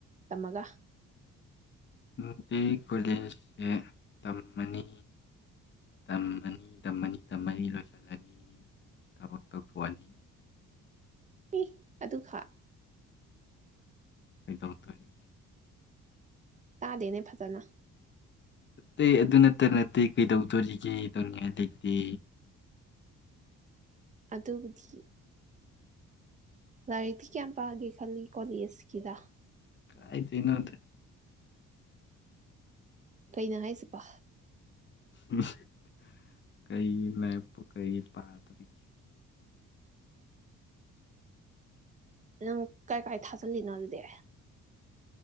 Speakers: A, on the right; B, on the left.
A: ꯇꯝꯃꯒ
B: ꯑꯗꯩꯩ ꯀꯣꯂꯦꯖꯁꯦ ꯇꯝꯃꯅꯤ ꯇꯝꯃꯅꯤ ꯇꯝꯃꯅꯤ ꯇꯝꯃꯅꯤ ꯂꯣꯏꯁꯤꯜꯂꯅꯤ ꯊꯕꯛ ꯇꯧꯊꯣꯛꯑꯅꯤ
A: ꯑꯦ ꯑꯗꯨ ꯈꯛ
B: ꯀꯩꯗꯧꯗꯣꯔꯤꯒꯦ
A: ꯇꯥꯗꯦꯅꯦ ꯐꯖꯅ
B: ꯑꯇꯩ ꯑꯗꯨ ꯅꯠꯇ ꯅꯠꯇꯦ ꯀꯩꯗꯧꯗꯣꯔꯤꯒꯦ ꯇꯧꯅꯤꯡꯉꯥꯏ ꯂꯩꯇꯦ
A: ꯑꯗꯨꯕꯨꯗꯤ ꯂꯥꯏꯔꯤꯛꯇꯤ ꯀꯌꯥꯝ ꯄꯥꯒꯦ ꯈꯜꯂꯤ ꯀꯣꯂꯦꯖꯀꯤꯗ
B: ꯀꯥꯏꯗꯩꯩꯅꯣꯗ
A: ꯀꯩꯅꯣ ꯍꯥꯏꯁꯤꯕꯣ
B: <unintelligible> ꯀꯩ ꯃꯦꯞꯄꯨ ꯀꯩ ꯄꯥꯗꯣꯔꯤꯒꯦ
A: ꯅꯪ ꯀꯥꯏ ꯀꯥꯏ ꯊꯥꯖꯜꯂꯤꯅꯣ ꯑꯗꯨꯗꯤ